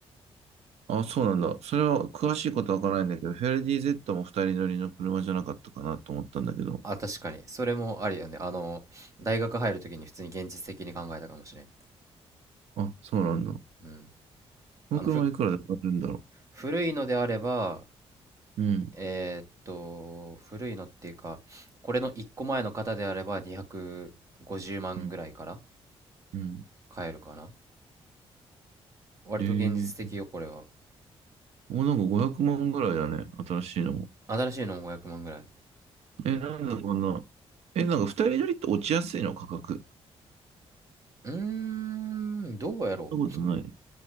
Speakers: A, on the right; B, on the right.
A: あ、そうなんだ。それは詳しいことはわからないんだけど、フェアレディ Z も二人乗りの車じゃなかったかなと思ったんだけど。
B: あ確かにそれもありやねあの大学入る時に普通に現実的に考えたかもしれん
A: あ、そうなんだ。こ
B: うん
A: の車いくらで買えるんだろ
B: あのふ古いのであれば
A: う。うん。
B: えーっと、古いのっていうか、これの1個前の方であれば250万ぐらいから
A: うん。うん。
B: 買えるかな。割と現実的よ、
A: えー、
B: これは。
A: もうなんか500万ぐらいだね。新しいのも。
B: 新しいのも500万ぐらい。
A: え、なんだこんな。え、なんか二人乗りって落ちやすいの価格。
B: うーん、どうやろ
A: そんなことない。